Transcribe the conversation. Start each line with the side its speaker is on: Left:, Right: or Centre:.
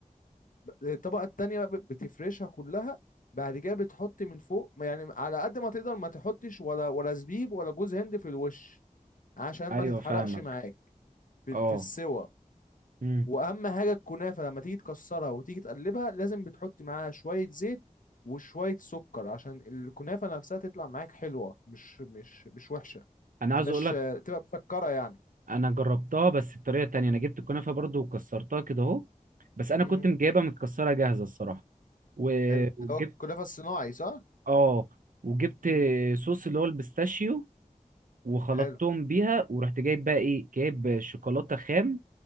Left: الطبقة التانية بقى بتفرشها كلها بعد كده بتحط من فوق يعني على قد ما تقدر ما تحطش ولا ولا زبيب ولا جوز هند في الوش عشان
Right: ايوه
Left: ما تتحرقش
Right: فاهمك
Left: معاك في,
Right: اه
Left: في السوا
Right: امم
Left: واهم حاجة الكنافة لما تيجي تكسرها وتيجي تقلبها لازم بتحط معاها شوية زيت وشوية سكر عشان الكنافة نفسها تطلع معاك حلوة مش مش مش وحشة
Right: انا عاوز
Left: تبقاش
Right: اقول لك
Left: تبقى مسكرة يعني
Right: انا جربتها بس بطريقه تانية انا جبت الكنافه برضو وكسرتها كده اهو بس انا
Left: امم
Right: كنت مجايبها متكسره جاهزه الصراحه و-
Left: حلو اللي
Right: وجبت
Left: هو الكنافه الصناعي صح
Right: اه وجبت
Left: مم.
Right: صوص اللي هو البيستاشيو وخلطتهم
Left: حلو
Right: بيها ورحت جايب بقى ايه جايب شوكولاته خام